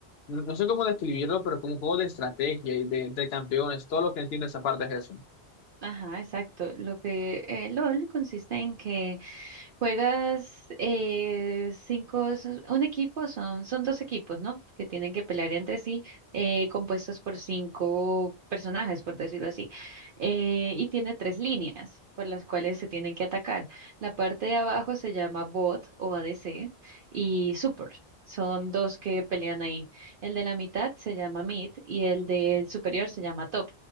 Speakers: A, on the left; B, on the right.
A: no, no sé cómo describirlo, pero como un juego de estrategia y de entre campeones. Todo lo que entiendo esa parte es
B: Ajá, exacto. Lo que eh, LOL consiste en que Juegas eh, cinco, s- un equipo, son, son dos equipos, ¿no? Que tienen que pelear entre sí, eh, compuestos por cinco personajes, por decirlo así. Eh, y tiene tres líneas por las cuales se tienen que atacar. La parte de abajo se llama bot o ADC y super. Son dos que pelean ahí. El de la mitad se llama mid y el del superior se llama top.